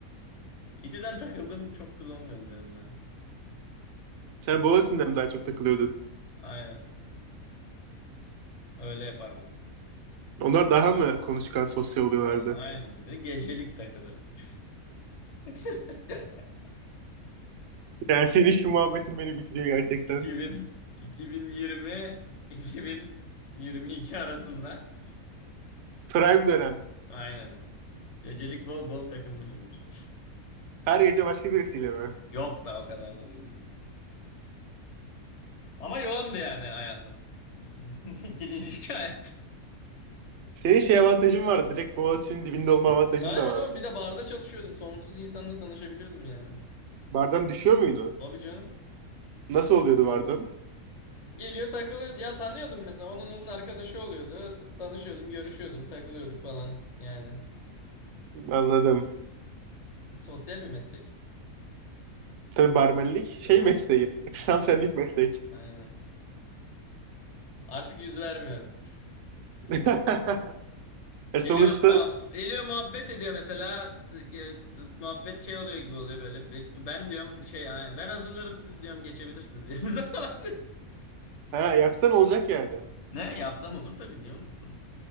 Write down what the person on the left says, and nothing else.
İTÜ'den takıldığım çok kız olmuyordu benim de.
Bu-
Aynen. Öyle yapardım.
A- Aynen bir de gecelik takılırdım. <laughs>
2000 2020 2022 arasında
aynen Gecelik bol bol takılmışımdır.
Yok be o kadar da değildi. Ama yoğundu yani hayatım. <laughs> İkili ilişki hayatım.
Aynen
oğlum bir de barda çalışıyordum. Sonsuz insanla tanışabiliyordum yani.
Tabii canım.
Geliyor takılıyor. Ya tanıyordum mesela. Onun onun arkadaşı oluyordu. T- Tanışıyordum, görüşüyordum, takılıyorduk falan. Yani.
Sosyal bir meslek.
Tabii.
Aynen.
Aynen. Artık yüz vermiyorum.
Geliyor,
muhab- geliyor muhabbet ediyor mesela. Ge- Muhabbet şey oluyor gibi oluyor böyle. Be- Ben diyorum şey yani ben hazırlarım siz diyorum geçebilirsiniz yerinize <laughs> falan.
Ne yapsam olur tabii niye olmasın?